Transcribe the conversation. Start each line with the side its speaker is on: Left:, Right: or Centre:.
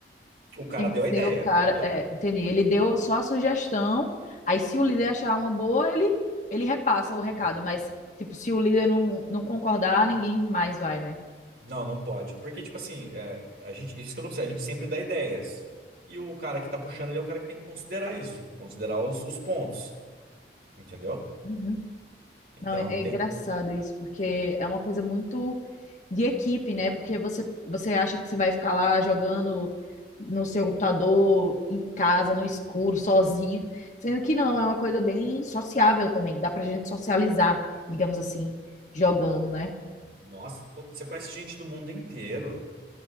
Right: O cara
Left: Tem
Right: deu
Left: que ser
Right: a ideia,
Left: o cara.
Right: entendeu?
Left: É, entendi. Ele deu só a sugestão. Aí, se o líder achar uma boa, ele, ele repassa o recado.
Right: Sim.
Left: Mas, tipo, se o líder não, não concordar, ninguém mais vai, né?
Right: Não, não pode. Porque, tipo assim, é, a gente, isso que eu vou pra você, a gente sempre dá ideias. E o cara que tá puxando, ele é o cara que tem que considerar isso, considerar os, os pontos, entendeu?
Left: Uhum.
Right: Então
Left: Não, é é
Right: tem.
Left: engraçado isso, porque é uma coisa muito de equipe, né? Porque você, você acha que você vai ficar lá jogando no seu computador, em casa, no escuro, sozinho, sendo que não, é uma coisa bem sociável também, dá pra gente socializar, digamos assim, jogando, né?
Right: Nossa, todo- você conhece gente do mundo inteiro.